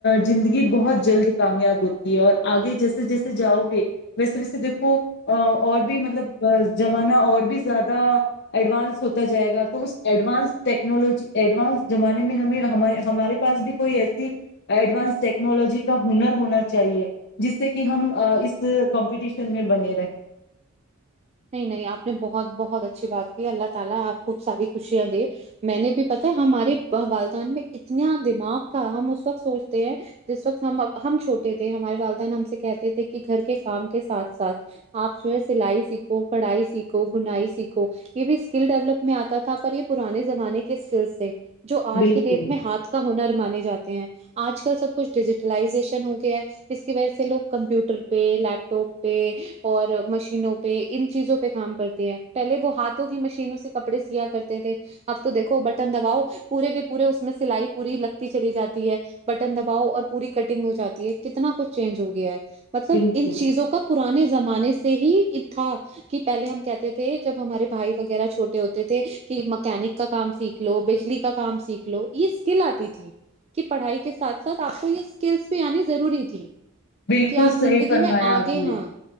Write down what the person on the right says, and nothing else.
نہیں نہیں اپ نے بہت بہت اچھی بات کی اللہ تعالی اپ کو ساری خوشیاں دے میں نے بھی پتہ ہے ہمارے والدین پہ کتنا دماغ کا ہم اس وقت سوچتے ہیں جس وقت ہم ہم چھوٹے تھے ہمارے والدہ نے ہم سے کہتے تھے کہ گھر کے کام کے ساتھ ساتھ اپ جو ہے اسے لائک کڑھائی سیکھو بنائی سیکھو یہ بھی اسکل ڈیولپ میں آتا تھا پر یہ پرانے زمانے کے اسکلس سے جو آج
کی ڈیٹ میں ہاتھ کا ہنر مانے جاتے ہیں آج کل سب کچھ ڈیجیٹلائزیشن ہو گیا ہے جس کی وجہ سے لوگ کمپیوٹر پہ لیپ ٹاپ پہ اور مشینوں پہ ان چیزوں پہ کام کرتے ہیں پہلے وہ ہاتھوں کی مشینوں سے کپڑے سیا کرتے تھے اب تو دیکھو بٹن دباؤ پورے کے پورے اس میں سلائی پوری لگتی چلی جاتی ہے بٹن دباؤ اور پوری کٹنگ ہو جاتی ہے کتنا کچھ چینج ہو گیا ہے مطلب
ان چیزوں کا پرانے زمانے سے ہی انے تھا کہ پہلے ہم کیا تھے جب ہمارے بھائی وغیرہ چھوٹے ہوتے تھے کہ مکینک کا کام سیک سیکھ لو بجلی کا کام سیکھ لو یہ اسکل آتی تھی کی پڑھائی کے ساتھ ساتھ آپ کو یہ اسکلس بھی آنی ضروری تھی
کہ آپ
زندگی
میں آگے
ہاں